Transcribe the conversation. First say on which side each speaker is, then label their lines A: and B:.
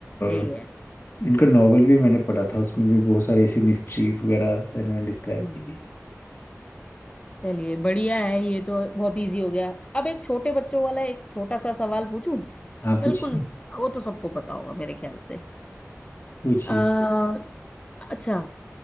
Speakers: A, on the left (about 20°); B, on the left (about 45°).
A: सही
B: अ,
A: है
B: इनका नॉवेल भी मैंने पढ़ा था उसमें भी बहुत सारे ऐसी मिस्ट्रीज वगैरह इन्होंने डिस्क्राइब
A: हम्म,
B: की थी
A: चलिए बढ़िया है ये तो बहुत इजी हो गया अब एक छोटे बच्चों वाला एक छोटा सा सवाल पूछूं
B: हाँ पूछिए
A: बिल्कुल वो तो सबको पता होगा मेरे ख्याल से
B: पूछिए
A: अ, अच्छा